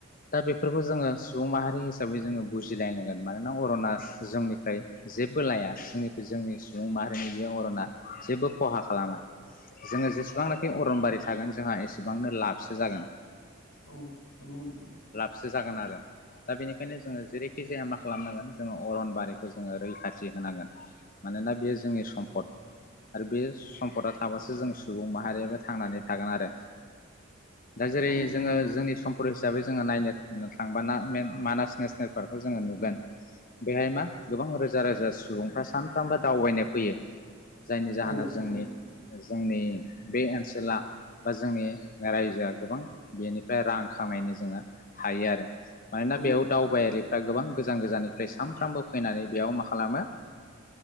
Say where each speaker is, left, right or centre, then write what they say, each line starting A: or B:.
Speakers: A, on the left; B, on the left.
A: दा बेफोरखौ जोङो सुबुं माहारि हिसाबै जोङो बुजिलायनांगोन। मानोना अरना जोंनिफ्राय जेबो लाया जों जोंनि सुबुं माहारिनि बे अरना जेबो खहा खालामा। जोङो जेसेबांनाखि अरनबारि थागोन जोंहा एसेबांनो लाबसो जागोन लाबसो
B: औ नंगौ नोंथां
A: जागोन आरो। दा बेनिखायनो जोङो जेरैखि जाया मा खालामनांगोन जोङो अरनबारिखौ जोङो रैखाथि होनांगोन मानोना बेयो जोंनि सम्पद आरो बे सम्पदा थाबासो जों सुबुं माहारियाबो थांनानै थागोन आरो। दा जेरै
B: औ नंगौ
A: जोङो
B: नोंथां
A: जोंनि सम्प हिसाबै जोङो नायनो नो थांबाना मानास नेसनेल पार्कखौ जोङो नुगोन बेहाय मा गोबां रोजा रोजा सुबुंफ्रा सानफ्रामबो दावबायनाय फैयोह जायनि जाहोनाव
B: औ नंगौ
A: जोंनि
B: नोंथां
A: जोंनि बे ओनसोला बा जोंनि रायजोआ गोबां बेनिफ्राय रां खामायनो जोङो हायो आरो। मानोना
B: औ
A: बेयाव
B: नंगौ
A: दावबायारिफ्रा
B: नोंथां
A: गोबां गोजान गोजाननिफ्राय सानफ्रामबो फैनानै बेयाव मा खालामो